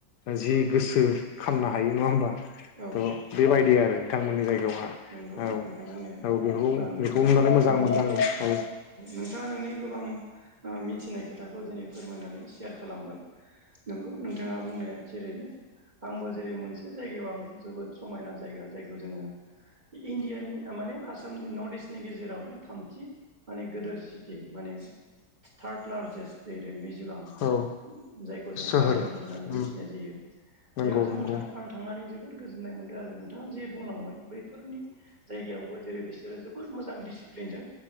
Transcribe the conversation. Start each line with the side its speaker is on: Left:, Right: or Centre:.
Left: जि गोसो खामनो हायो। नङा होमबा?
Right: औ
Left: थ' बेबायदि आरो बिथांमोननि जायगायावहा
Right: नंगौ
Left: औ
Right: नोंथां बुंनाया
Left: औ बेखौ
Right: नोंथाङा
Left: बेखौ नुनानै
Right: गोबां
Left: मोजां
Right: न'नि
Left: मोनदों आङो औ
Right: नोंथाङा नोंनि गोबां मिथिनाय खोथाखौ दिनै फोरमायनानै सेयार खालामबाय। नंगौ नोंथाङा बुंनाया थिरैनो। आंबो जेरै मोनसे जायगायाव आं जोबोद समायना जायगा जायखौ जोङो इण्डियानि माने आसामनि नर्थ इस्ट नि गेजेरावनो थामथि माने गोदोर सिटि माने थार्ड लार्जेस्ट रै मिज'राम
Left: औ
Right: जायखौ जों
Left: सोहोर
Right: आइजल होननानै
Left: उम
Right: मिथिनाय जायो।
Left: नंगौ
Right: बेयाव जोङो
Left: नंगौ
Right: थां आं थांनानै जोबोर गोजोननाय मोनदों आरो। नोंथाङा जे बुंलांबाय बैफोरनि जायगायावबो जेरै बिसोरो जोबोद मोजां डिसिप्लिनजों